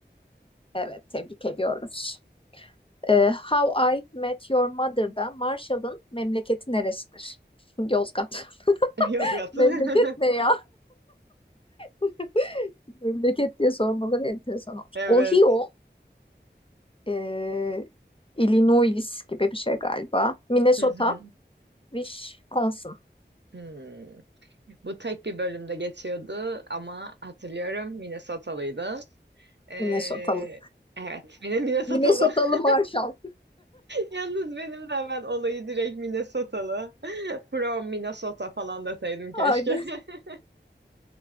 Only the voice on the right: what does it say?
<laughs> Yaz
yat.
<laughs>
Evet.
Hı hı.
Hmm. Bu tek bir bölümde geçiyordu ama hatırlıyorum Minnesotalıydı. Ee,
evet, benim Minnesotalı.
<laughs>
Yalnız benim de hemen olayı direkt Minnesotalı. <laughs> From Minnesota falan deseydim keşke.
<laughs>